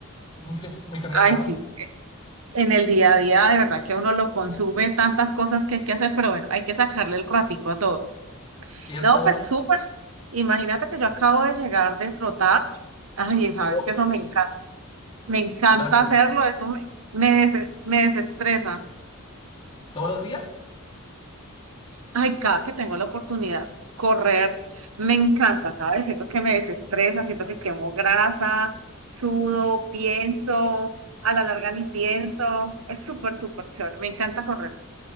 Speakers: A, on the left (about 20°); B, on the right (about 75°).
A: Muy, ca- muy cargada
B: Ay,
A: de trabajo,
B: sí. En el día a día, de verdad que uno lo consume tantas cosas que hay que hacer, pero bueno, hay que sacarle el ratico a todo.
A: ¿cierto?
B: No, pues súper. Imagínate que yo acabo de llegar de trotar. Ay, sabes
A: Uh,
B: que eso me encanta. Me encanta
A: ¿lo haces
B: hacerlo, eso me, me, deses- me desestresa.
A: todos los días?
B: Ay, cada que tengo la oportunidad, correr me encanta, ¿sabes? Siento que me desestresa, siento que quemo grasa, sudo, pienso, a la larga ni pienso. Es súper, súper chévere, me encanta correr.